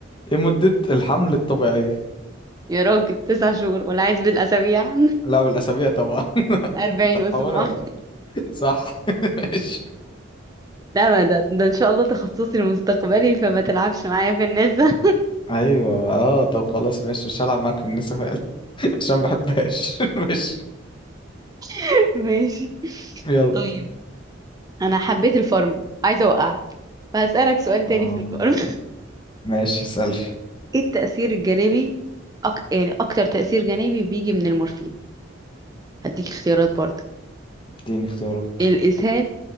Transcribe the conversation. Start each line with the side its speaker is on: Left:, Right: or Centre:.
Left: ايه مدة الحمل الطبيعية
Right: يا راجل تسع شهور ولا عايز بالأسابيع <laughs>
Left: لا بالأسابيع طبعا <laughs>
Right: أربعين
Left: انت هتحوري
Right: أسبوع
Left: ولا ايه صح <laughs> ماشي
Right: لا ما ده ده إن شاء الله تخصصي المستقبلي فما تلعبش معايا في النساء
Left: ايوه اه طب خلاص ماشي مش هلعب معاك في النساء فعلا <laughs> عشان ما بحبهاش <laughs> ماشي
Right: <laughs> ماشي
Left: يلا
Right: طيب أنا حبيت الفارما عايزة أوقع فهسألك سؤال
Left: آه
Right: تاني في الفارما
Left: ماشي اسألي
Right: ايه التأثير الجانبي أك... يعني اكتر تأثير جانبي بيجي من المورفين هديك اختيارات برضه
Left: اديني اختيارات
Right: الإسهال